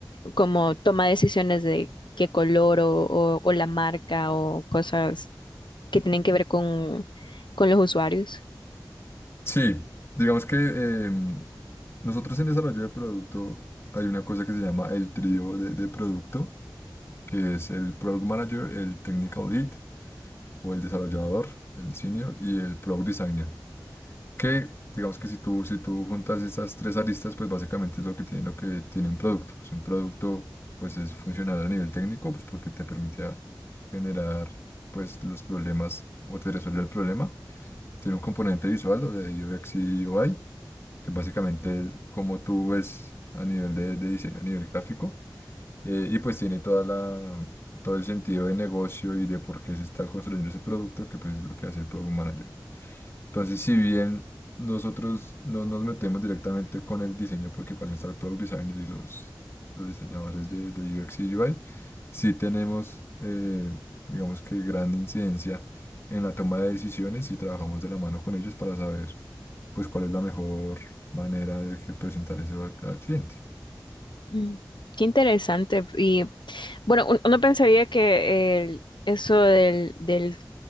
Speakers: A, on the left; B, on the left.
A: como toma decisiones de qué color o, o- o la marca o cosas que tienen que ver con, con los usuarios.
B: Sí, digamos que em, nosotros en desarrollo de producto hay una cosa que se llama el trío de, de producto, que es el product manager, el technical lead o el desarrollador, el senior y el product designer. Que digamos que si tú, si tú juntas esas tres aristas, pues básicamente es lo que tiene, lo que tiene un producto. Pues un producto pues es funcional a nivel técnico, pues porque te permitía generar pues los problemas o te resuelve el problema. Tiene un componente visual o de UX y UI que básicamente es como tú ves a nivel de, de diseño, a nivel gráfico, eh, y pues tiene toda la, todo el sentido de negocio y de por qué se está construyendo ese producto, que pues es lo que hace el Product Manager. Entonces, si bien nosotros no nos metemos directamente con el diseño, porque para eso está el Product Designer y los, los diseñadores de, de UX y UI, sí tenemos, eh, digamos que gran incidencia en la toma de decisiones y trabajamos de la mano con ellos para saber pues cuál es la mejor manera de que presentar eso al, al cliente.
A: Mm, Qué interesante. Y Bueno, un- uno pensaría que el- eso del, del-